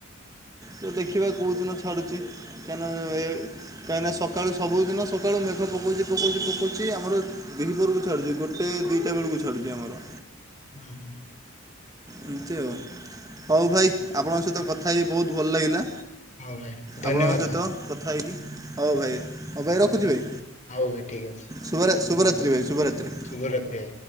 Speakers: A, on the right; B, on the left.
A: ତ ଦେଖିବା କେଉଁଦିନ ଛାଡ଼ୁଛି, କାହିଁ ନା ଏ କାହିଁକିନା ସକାଳୁ ସବୁଦିନ ସକାଳୁ ମେଘ ପକାଉଛି, ପକାଉଛି, ପକାଉଛି, ଆମର ଦିହିପରକୁ ଛଡ଼ୁଛି ଗୋଟେ ଦୁଇଟା ବେଳକୁ ଛାଡ଼ୁଛି ଆମର।
B: ହୁଁ।
A: ଏମତି ଆଉ। ହଉ ଭାଇ ଆପଣଙ୍କ ସହିତ କଥା ହେଇି ବୋହୁତ୍ ଭଲ ଲାଗିଲା।
B: ହଉ ଭାଇ ଧନ୍ୟବାଦ
A: ଆପଣଙ୍କ ସହିତ
B: ଭାଇ
A: କଥା ହେଇକି ହଉ ଭାଇ ହଉ ଭାଇ ରଖୁଛି ଭାଇ।
B: ହଉ ଭାଇ ଠିକ ଅଛି
A: ଶୁଭ-ଶୁଭରାତ୍ରି ଭାଇ ଶୁଭରାତ୍ରି।
B: ଶୁଭରାତ୍ରି ଆ